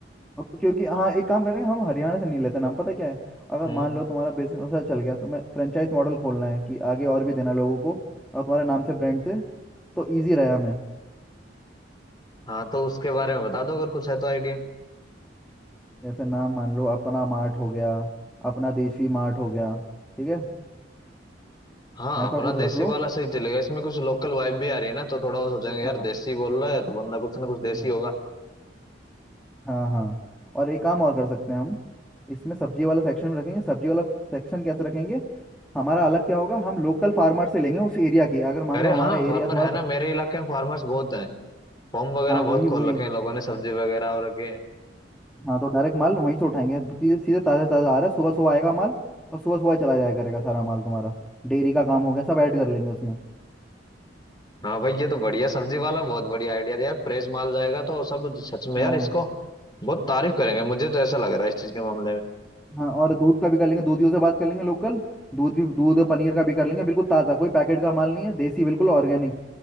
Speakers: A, in the centre; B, on the left.
A: अब तो क्योंकि हाँ एक काम करेंगे हम हरियाणा से नहीं लेते नाम पता क्या है अगर
B: हम्म
A: मान लो तुम्हारा बिजनेस अच्छा चल गया तो मैं फ्रेंचाइज मॉडल खोलना है कि आगे और भी देना लोगों को और तुम्हारे नाम से ब्रांड से तो इजी रहे हमें
B: हाँ तो उसके बारे में बता दो अगर कुछ है तो आइडिया
A: जैसे नाम मान लो अपना मार्ट हो गया अपना देसी मार्ट हो गया ठीक है
B: हाँ
A: ऐसा
B: अपना
A: कुछ
B: देसी
A: रख
B: वाला
A: लो
B: सही चलेगा इसमें कुछ लोकल वाइब भी आ रही है ना तो थोड़ा वो सोचेंगे यार
A: हाँ
B: देसी बोल रहा है तो बंदा कुछ ना कुछ देसी
A: हाँ
B: होगा
A: हाँ हाँ और एक काम और कर सकते हैं हम इसमें सब्जी वाला सेक्शन में रखेंगे सब्जी वाला सेक्शन कैसे रखेंगे हमारा अलग क्या होगा हम लोकल फार्मर से लेंगे उस एरिया की अगर मान
B: अरे
A: लो हमारा
B: हाँ
A: एरिया
B: फार्मर
A: तुम्हारा
B: है
A: प-
B: ना मेरे इलाके में फार्मर्स बहुत हैं फॉर्म वगैरह
A: हाँ
B: बहुत
A: वही
B: खोल
A: वही
B: रखे हैं लोगों ने सब्जी वगैरह और रखे हैं
A: हाँ तो डायरेक्ट माल वहीं से उठाएंगे सीधे सीधे ताज़ा ताज़ा आ रहा है सुबह सुबह आएगा माल और सुबह सुबह ही चला जाया करेगा सारा माल तुम्हारा डेयरी का काम हो गया सब ऐड कर लेंगे उसमें
B: हाँ भाई ये तो बढ़िया सब्जी वाला बहुत बढ़िया आइडिया दिया यार प्रेस माल जाएगा तो सब सच में
A: हाँ
B: यार इसको बहुत तारीफ करेंगे मुझे तो ऐसा लग रहा है इस चीज के मामले में
A: हाँ और दूध का भी कर लेंगे दूधियों से बात कर लेंगे लोकल दूध भी दूध पनीर का भी कर लेंगे बिल्कुल ताज़ा कोई पैकेट का माल नहीं है देसी बिल्कुल ऑर्गेनिक